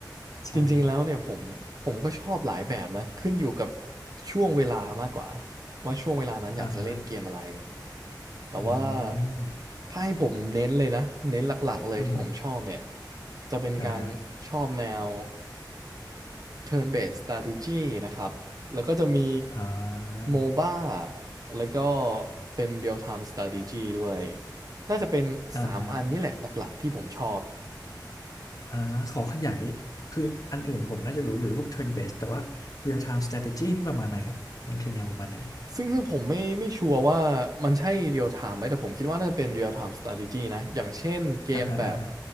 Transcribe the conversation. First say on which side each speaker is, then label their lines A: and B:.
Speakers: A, on the left; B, on the right.
A: ใช่ครับ
B: จริงๆแล้วเนี่ยผมผมก็ชอบหลายแบบนะขึ้นอยู่กับช่วงเวลามากกว่าว่าช่วงเวลานั้นอยากจะเล่นเกมอะไร
A: อ่าฮะ
B: แต่ว่า
A: อืม
B: ถ้าให้ผมเน้นเลยนะเน้นหลักๆเลยที่ผมชอบเนี่ย
A: อืม
B: จะเป็นการชอบแนว
A: อ่าฮะ
B: Turn Based Strategy นะครับ แล้วก็จะมี
A: อ่
B: MOBA
A: า
B: แล้วก็เป็น Real Time Strategy ด้วย น่าจะเป็น3อันนี่แหละหลักๆที่ผมชอบ
A: อ่าฮะอ่าขอขยายคืออันอื่นผมน่าจะรู้อยู่พวก turn based แต่ว่า real time strategy นี่ประมาณไหนครับมันคือแนวประมาณไหน
B: ซึ่งซึ่งผมไม่ไม่ชัวร์ว่ามันใช่ Real Time ไหม แต่ผมคิดว่าน่าจะเป็น Real Time Strategy นะ อย่างเช่นเกมแบบ
A: อ่าฮะอ่าฮะ